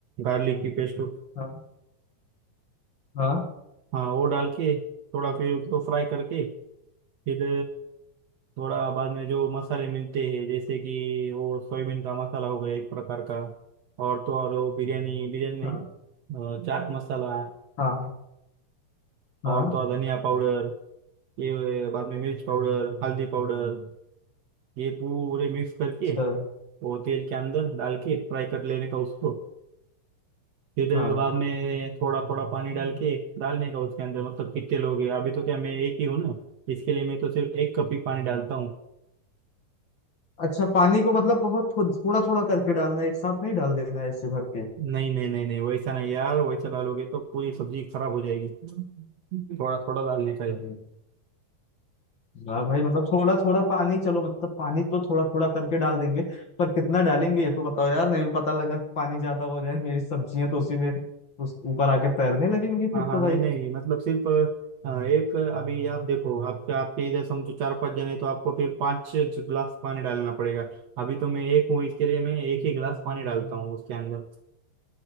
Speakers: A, on the right (about 65°); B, on the left (about 40°).
A: गार्लिक की पेस्ट
B: हाँ हाँ
A: हाँ वो डाल के थोड़ा फिर उसको फ्राई करके फिर थोड़ा बाद में जो मसाले मिलते हैं जैसे कि वो सोयाबीन का मसाला हो गया एक प्रकार का और तो और वो बिरयानी बिरयानी
B: हाँ
A: नहीं अ, चाट मसाला
B: हाँ हाँ
A: और तो और धनिया पाउडर ये बाद में मिर्च पाउडर हल्दी पाउडर ये पूरे मिक्स करके
B: सर
A: वो तेल के अंदर डाल के फ्राई कर लेने का उसको फिर
B: हाँ
A: बाद में थोड़ा थोड़ा पानी डाल के डालने का उसके अंदर मतलब कितने लोग हैं अभी तो क्या मैं एक ही हूँ ना इसके लिए मैं तो सिर्फ एक कप ही पानी डालता हूँ
B: अच्छा पानी को मतलब बहुत थो, थोड़ा थोड़ा करके डालना है एक साथ नहीं डाल देना है ऐसे भर
A: नहीं नहीं नहीं नहीं वैसा नहीं यार वैसा डालोगे तो पूरी सब्जी खराब हो जाएगी थोड़ा थोड़ा डालने का है
B: के वाह भाई मतलब थोड़ा थोड़ा पानी चलो मतलब पानी तो थोड़ा थोड़ा करके डाल देंगे पर कितना डालेंगे ये तो बताओ यार नहीं पता लगा कि पानी ज्यादा हो जाए मेरी सब्जियां तो उसी में उस ऊपर आके तैरने लगेंगी फिर
A: हाँ हाँ
B: तो भाई
A: नहीं नहीं मतलब सिर्फ अ, एक अभी आप देखो आपके आपके इधर समझो चार पांच जने तो आपको फिर पांच छह गिलास पानी डालना पड़ेगा अभी तो मैं एक हूँ इसके लिए मैं एक ही गिलास पानी डालता हूँ उसके अंदर